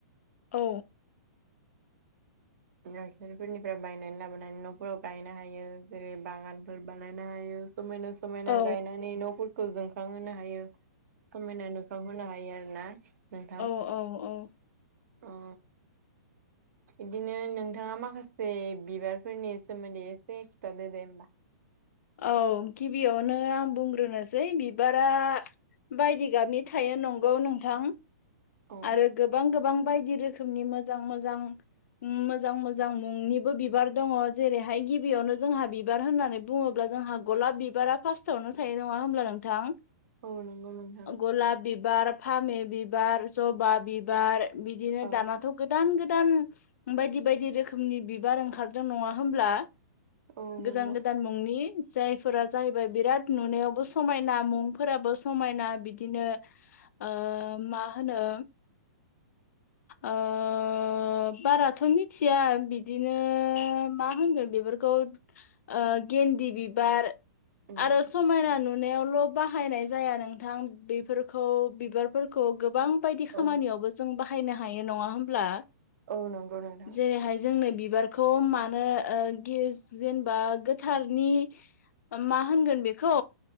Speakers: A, on the left; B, on the right.
A: औ।
B: नारसारिफोरनिफ्राय बायनानै लाबोनानै न'फोराव गायनो हायो जेरै बागानफोर बानायनो हायो समायना समायना
A: औ
B: गायनानै न'फोरखौ जोंखांहोनो हायो समायना नुखां होनो हायो आरो ना नोंथां।
A: अ अ।
B: अ। इदिनो नोंथाङा माखासे बिबारफोरनि सोमोन्दै एसे खिथादोदे होमबा।
A: औ गिबियावनो आं बुंग्रोनोसै बिबारा बायदि गाबनि थायो नंगौ नोंथां‌।
B: औ
A: आरो गोबां गोबां बायदि रोखोमनि मोजां मोजां मोजां मोजां मुंनिबो बिबार दङ जेरैहाय गिबियावनो जोंहा बिबार होननानै बुङोब्ला जोंहा गलाब बिबारा फार्स्टआवनो थायो नङा होमब्ला नोंथां।
B: औ नंगौ नोंथां
A: गलाब बिबार, फामे बिबार, जबा बिबार। बिदिनो
B: औ
A: दानाथ' गोदान गोदान बायदि बायदि रोखोमनि बिबार ओंखारदों नङा होमब्ला?
B: औ नंगौ
A: गोदान गोदान मुंनि जायफोरा जाहैबाय बिराद नुनायावबो समायना मुंफोराबो समायना बिदिनो ओ मा होनो ओ ओ बाराथ' मिथिया बिदिनो मा होनगोन बेफोरखौ ओ गेन्दि बिबार।
B: उम
A: आरो समायना नुनायावल' बाहायनाय जाया नोंथां बेफोरखौ बिबार फोरखौ गोबां बायदि खामानिआवबो
B: औ
A: जों बाहायनो हायो नङा होमब्ला?
B: औ नंगौ नोंथां
A: जेरैहाय जोंनो बिबारखौ मानो ओ गे जेनेबा गोथारनि <inaudible> मा होनगोन बेखौ